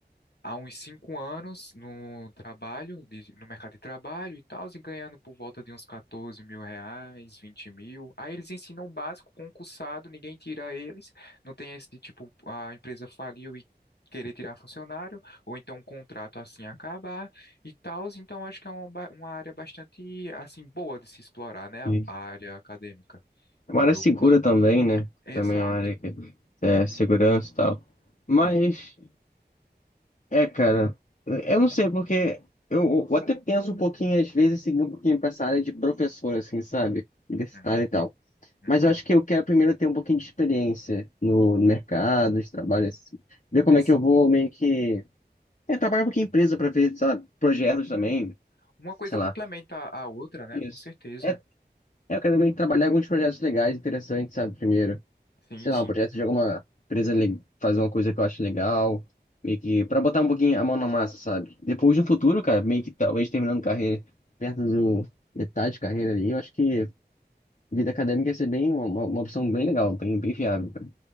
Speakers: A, on the left; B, on the left.
A: há uns cinco anos no trabalho, de- no mercado de trabalho e tal, e ganhando por volta de uns 14 mil reais, vinte mil. Aí eles ensinam o básico, concursado, ninguém tira eles. Não tem esse de tipo, a empresa faliu e querer tirar funcionário, ou então um contrato assim acabar e tal. Então acho que é uma, ba- uma área bastante assim boa de se explorar, né? A,
B: Isso.
A: a área acadêmica
B: É uma
A: do
B: área
A: meu
B: segura
A: curso.
B: também, né?
A: Exato.
B: Também é uma área que é segurança e tal. Mas
A: Tem.
B: É, cara, eu eu não sei, porque eu, eu até penso um pouquinho, às vezes, seguir um pouquinho pra essa área de professor, assim, sabe? Universitário
A: Uhum.
B: e tal.
A: Uhum.
B: Mas eu acho que eu quero primeiro ter um pouquinho de experiência no, no mercado, de trabalho, assim. Ver como
A: Ex-
B: é que eu vou meio que. É, trabalhar um pouquinho em empresa pra ver, sei lá, projetos
A: Sim.
B: também,
A: Uma coisa
B: sei
A: complementa
B: lá.
A: a outra, né?
B: Isso.
A: Com certeza.
B: É, é, eu quero meio que trabalhar alguns projetos legais, interessantes, sabe, primeiro
A: Sim,
B: sei
A: sim,
B: lá, um projeto de alguma empresa le- fazer uma coisa que eu acho legal, meio que pra botar um pouquinho a mão na massa, sabe? Depois no futuro, cara, meio que talvez terminando carreira perto do metade de carreira ali, eu acho que vida acadêmica ia ser bem uma, uma opção bem legal, bem, bem viável cara,